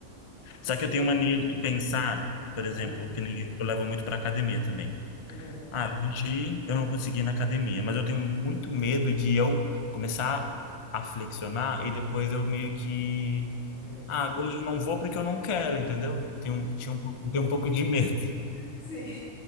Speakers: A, on the left (about 45°); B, on the left (about 65°).
A: Só
B: sim,
A: que eu tenho mania
B: exatamente.
A: de pensar, por
B: Ah,
A: exemplo, que nem eu, eu levo muito para academia também.
B: uhum,
A: Ah, hoje eu não consegui ir na academia, mas eu tenho muito medo de eu começar a flexionar e depois eu meio que.
B: hum.
A: Ah, hoje eu não vou porque eu não quero, entendeu? Eu tenho, tinha um, pouco- eu tenho um pouco de medo. <laughs>
B: Sim,